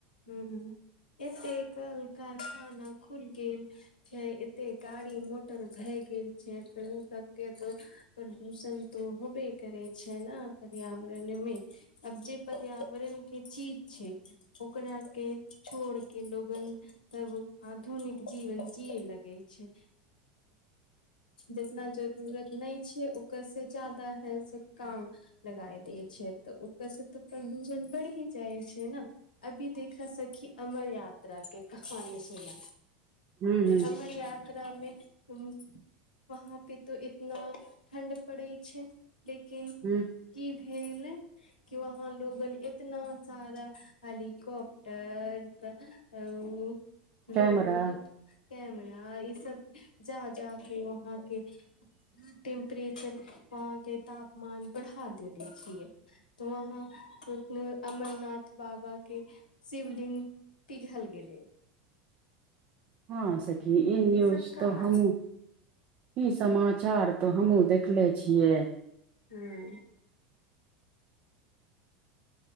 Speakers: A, on the left (about 80°); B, on the right (about 40°).
A: हूँ हूँ एते कल कारखाना खुल गेल छै। एते गाड़ी मोटर भए गेल छै। फेर ओ सभ के तो। परदूषण तऽ होबे करै छै। न पर्यावरण में। अब जे पर्यावरण के चीज छै। ओकरा के छोड़ के लोगन तब आधुनिक जीवन जिए लगै छै। जितना जरूरत ने छै। ओकर से जायदा है सभ काम लगाए दै छै। तऽ ओकर सभ तऽ प्रदूषण बढ़िजाए छै। ने। अभी देखा सखी अमर यात्रा के कहानी सुना
B: हूँ हूँ
A: अमर यात्रारा कटरा में उँ वहाँ पे तऽ इतना ठण्ड पड़ै छैय लेकिन
B: हूँ
A: की भेगले कि वहाँ लोगन इतना सारा हेलिकॉप्टर तअ उ लोग
B: कैमरा
A: कैमरा ई सभ जा जा के वहाँ के टेम्प्रेचर अ के तापमान बढ़ा देले छियै त वहाँ अम् अमरनाथ बाबा के शिवलिंग पिघल गेलै
B: हँ सखी ई न्यूज
A: सब कार
B: तऽ हमहु ई समाचार तो हमहुँ देखले छियै
A: ह